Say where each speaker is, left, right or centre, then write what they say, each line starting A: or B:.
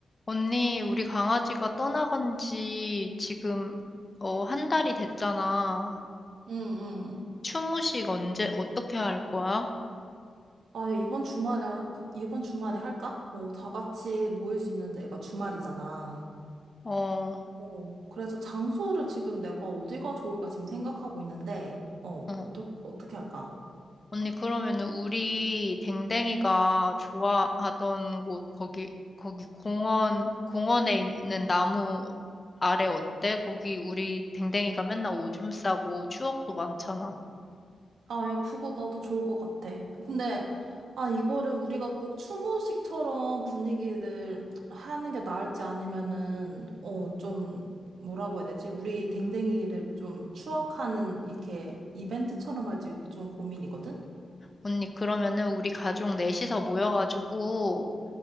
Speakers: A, on the left; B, on the right.
A: 언니, 우리 강아지가 떠나간 지 지금, 어, 한 달이 됐잖아.
B: 응, 응.
A: 추모식 언제, 어떻게 할 거야?
B: 아, 야, 이번 주말에, 하- 그- 이번 주말에 할까? 어, 다 같이 모일 수 있는 데가 주말이잖아.
A: 어,
B: 어, 그래서 장소를 지금 내가 어디가 좋을까 지금 생각하고 있는데, 어,
A: 어.
B: 어떻게, 어떻게 할까?
A: 언니, 그러면은 우리 댕댕이가 좋아하던 곳, 거기, 거기 공원, 공원에 있는 나무 아래 어때? 거기 우리 댕댕이가 맨날 오줌 싸고 추억도 많잖아.
B: 아, 야, 그거 나도 좋을 것 같아. 근데, 아, 이거를 우리가 꼭 추모식처럼 분위기를 하는 게 나을지 아니면은, 어, 좀, 뭐라고 해야 되지? 우리 댕댕이를 좀 추억하는, 이렇게, 이벤트처럼 할지 좀 고민이거든?
A: 언니, 그러면은 우리 가족 넷이서 모여가지고,